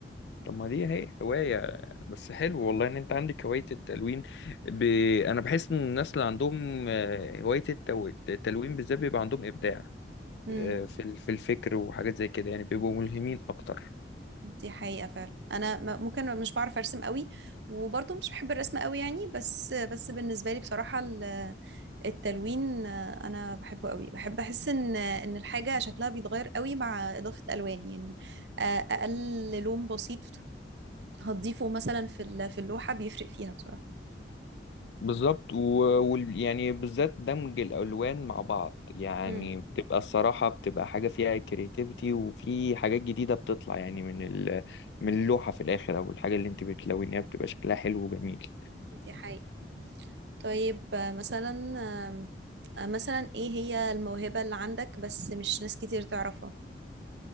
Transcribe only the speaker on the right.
يعني
دي حقيقة فعلا أنا م- ممكن مش بعرف أرسم قوي وبرضه مش بحب الرسم قوي يعني بس بس بالنسبة لي بصراحة ال- التلوين آه، أنا بحبه قوي بحب أحس إن إن الحاجة شكلها بيتغير قوي مع إضافة ألوان يعني آه، أقل لون بسيط هتضيفه مثلا في ال- في اللوحة بيفرق فيها بصراحة
امم
دي حقيقة طيب آه، مثلا آم، آه، مثلا إيه هي الموهبة اللي عندك بس مش ناس كتير تعرفها